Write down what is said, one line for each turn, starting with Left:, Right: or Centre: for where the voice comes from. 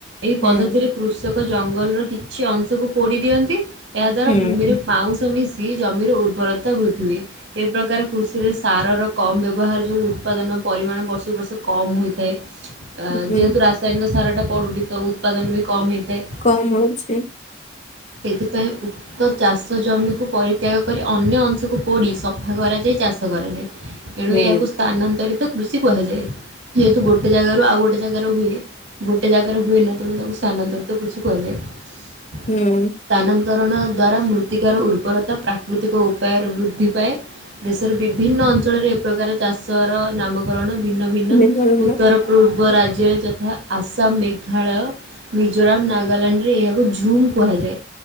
Right: ଏହି ପଦ୍ଧତିରେ
Left: ହୁଁ
Right: କୃଷକ ଜଙ୍ଗଲର କିଛି ଅଂଶକୁ ପୋଡି ଦିଅନ୍ତି ଏହା ଦ୍ଵାରା
Left: ହୁଁ
Right: ଭୂମିରେ- ପାଉଁସ ମିଶି ଜମିର ଉର୍ବରତା ବୃଦ୍ଧି ହୁଏ ଏ ପ୍ରକାର କୃଷ ସେଥିରେ ସାରର କମ୍ ବ୍ୟବହାର ଯଉ ଉତ୍ପାଦନ ପରିମାଣ ବର୍ଷକୁ ବର୍ଷ କମ୍ ହୋଇଥାଏ। ଅ
Left: ହୁଁ
Right: ଯେହେତୁ ରାସାୟନିକ ସାରଟା ପଡ଼ୁନି ତ ଉତ୍ପାଦନ ବି କମ୍ ହେଇଥାଏ।
Left: କମ ହଉଛି?
Right: ଏଥିପାଇଁ ଉ ତ ଚାଷ ଜମିକୁ ପରିତ୍ୟାଗ କରି ଅନ୍ୟ ଅଂଶକୁ ପୋଡି ସଫା କରାଯାଇ ଚାଷ ଚାଷ କରାଯାଏ ଏଣୁ
Left: ହୁଁ
Right: ଏହାକୁ ସ୍ଥାନାନ୍ତରିତ କୃଷି କୁହାଯାଏ। ଯେହେତୁ ଗୋଟେ ଜାଗାରୁ ଆଉ ଗୋଟେ ଜାଗାରେ ହୁଏ। ଗୋଟେ ଜାଗାରେ ହୁଏ ନା ତେଣୁ ତାକୁ ସ୍ଥାନାନ୍ତରିତ କୃଷି କୁହାଯାଏ।
Left: ହୁଁ।
Right: ସ୍ଥାନାନ୍ତରଣ ଦ୍ଵାରା ମୃତ୍ତିକାର ଉର୍ବରତା ପ୍ରାକୃତିକ ଉପାୟରେ ବୃଦ୍ଧି ପାଏ। ତାର ବିଭିନ୍ନ ଅଞ୍ଚଳରେ ଏ ପ୍ରକାର ଚାଷର ନାମକରଣ ଭିନ୍ନ ଭିନ୍ନ
Left: ହୁଁ
Right: ଉତ୍ତର ପୂର୍ବ ରାଜ୍ୟରେ ଯଥା ଆସାମ ମେଘାଳୟ ମିଜୋରାମ ନାଗାଲାଣ୍ଡରେ ଏହାକୁ ଝୁମ୍ କୁହାଯାଏ।